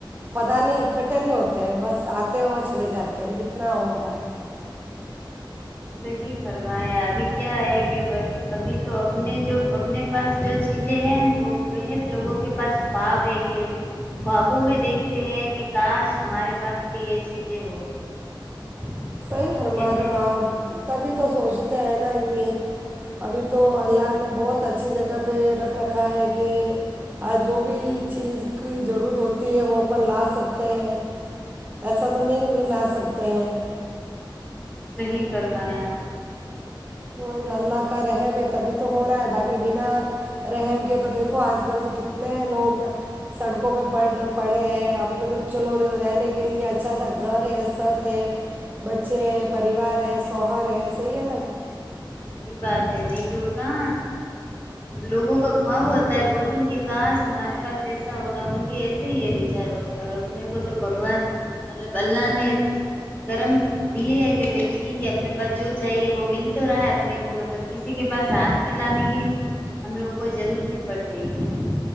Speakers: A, on the right; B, on the left.
A: پتا نہیں اکٹھے نہیں ہوتے ہیں بس آتے اور چلے جاتے ہیں اتنا ہو رہا ہے <unintelligible>
B: صحی فرمایا ابھی کیا ہے کہ بس ابھی تو اپنے جو اپنے پاس جو چیزیں ہیں وہ بےحد لوگوں کے پاس خواب ہے کہ خوابوں میں دیکھتے ہیں کہ کاش ہمارے پاس بھی یہ چیزیں ہو <unintelligible>
A: سی ہماراپ
B: ایسے
A: <unintelligible> تبھی <unintelligible> تو سوچتے ہیں نا یہ ابھی تو اللہ نے بہت اچھی جگہ پہ رکھ رکھا ہے کہ <unintelligible> آ جو بھی <unintelligible> چیز کی ضرورت ہوتی ہے وہپر لا سکتے ہیں ایسا تو نہیں نہیں لا سکتے ہیں <unintelligible>
B: صحیح فرمایا آپ نے <unintelligible>
A: وہ اللہ کا رحم ہے تبھی تو ہو رہا ہے باقی بنا رحم کے تو دیکھو آج کل تو کتنے لوگ سڑکوں پہ پڑ پڑے ہیں اپنے تو چلو رہنے کے لیے اچھا سا گھر ہے سط ہے بچے ہیں پریوار ہے سوہر ہے صحیح ہے نا <unintelligible>
B: صحیح بات ہے نہیں تو کہاں لوگوں کا خواب ہوتا ہے بول ان کہ کاش ہمارے پاس ایسا ہوتا ان کے ایسے ہی ہے بچاروں کے اور اپنے کو تو بھگوان مطلب اللہ نے کرم دیے ہے کہ بھائی ٹھیک ہے اپنے پاس جو چاہیے وہ مل تو رہا ہے اپنے <unintelligible> کو مطلب کسی کے پاس ہاتھ پھیلانے کی ہم لوگوں کو ضرورت نہیں پڑ رہی ہے